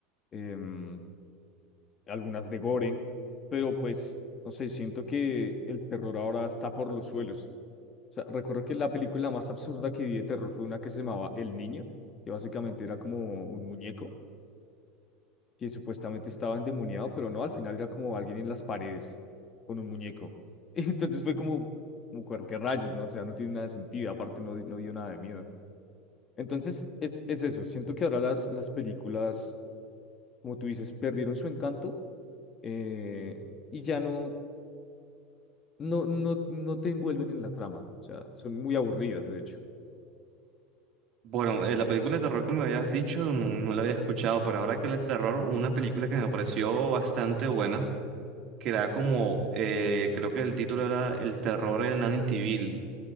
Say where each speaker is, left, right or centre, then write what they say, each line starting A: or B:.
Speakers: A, on the left; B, on the right.
A: em, algunas de Gore, pero pues, no sé, siento que el terror ahora está por los suelos. O sea, recuerdo que la película más absurda que vi de terror fue una que se llamaba El Niño, que básicamente era como un muñeco que supuestamente estaba endemoniado, pero no, al final era como alguien en las paredes con un muñeco. <laughs> Entonces fue como, como "Cuer- qué rayos, ¿no? O sea, no tiene nada de sentido, aparte no, di- no dio nada de miedo. Entonces es, es eso, siento que ahora las, las películas, como tú dices, perdieron su encanto eh, y ya no, no, no, no te envuelven en la trama, o sea, son muy aburridas, de hecho.
B: Bueno, eh, la película de terror que me habías dicho no, no la había escuchado, pero ahora que hablas de terror, una película que me pareció bastante buena, que era como, eh, creo que el título era El terror en Amityville,